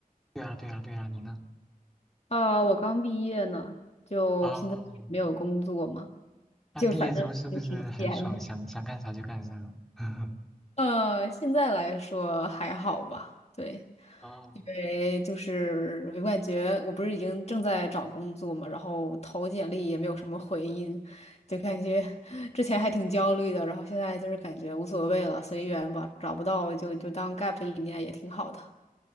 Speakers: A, in the centre; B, on the left (about 45°).
A: 对啊，对啊，对啊，你呢？
B: 呃，我刚毕业呢，就现在没有工作嘛，
A: 哦，那毕业之后是不是很爽，
B: 就反正也挺闲的。
A: 想想干啥就干啥了？<laughs>
B: 呃，现在来说还好吧，对，
A: 哦，
B: 因为就是我感觉我不是已经正在找工作嘛，然后投简历也没有什么回音，就感觉 <laughs> 之前还挺焦虑的，然后现在就是感觉无所谓了，随缘吧，找不到就就当 gap 一年也挺好的。